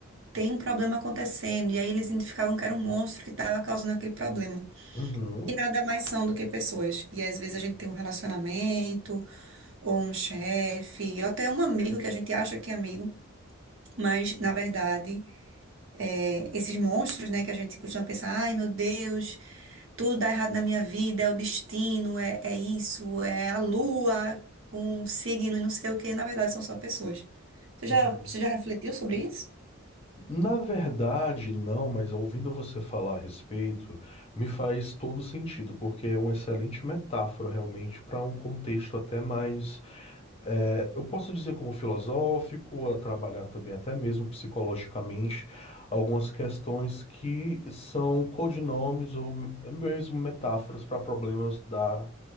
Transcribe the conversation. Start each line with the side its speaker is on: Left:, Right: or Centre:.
Right: tem um problema acontecendo, e aí eles identificavam que era um monstro que estava causando aquele problema.
Left: uhum,
Right: E nada mais são do que pessoas. E às vezes a gente tem um relacionamento, ou um chefe, ou até um amigo que a gente acha que é amigo, mas na verdade, é, esses monstros, né, que a gente costuma pensar, ai meu Deus, tudo dá errado na minha vida, é o destino, é, é isso, é a lua com um signo e não sei o que, na verdade são só pessoas. Você já,
Left: uhum.
Right: você já refletiu sobre isso?
Left: Na verdade, não, mas ouvindo você falar a respeito, me faz todo sentido, porque é uma excelente metáfora realmente para um contexto até mais, eh, eu posso dizer como filosófico, a trabalhar também até mesmo psicologicamente algumas questões que são codinomes ou mesmo metáforas para problemas da,